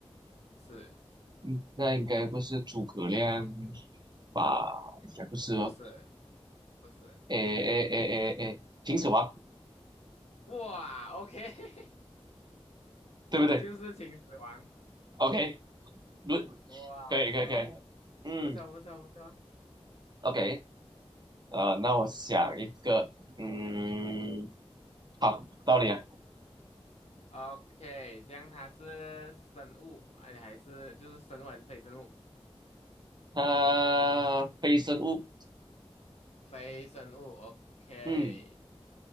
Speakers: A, on the left (about 80°); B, on the right (about 40°).
A: 是，
B: 嗯，那应该不是诸葛亮吧？应该不是哦，
A: 不是不是，
B: 诶诶诶诶诶，秦始皇，
A: 哇，OK。<laughs>
B: 对不对
A: 就是秦始皇。
B: ？OK，论，
A: 哇，
B: 可以可以可以，
A: 不错，
B: 嗯
A: 不错，不错，不错。
B: ，OK，呃，那我想一个，嗯。好，道理啊。
A: OK，这样它是生物，哎，还是就是生物还是非生物？
B: 呃，非生物，
A: 非生物，OK。
B: 嗯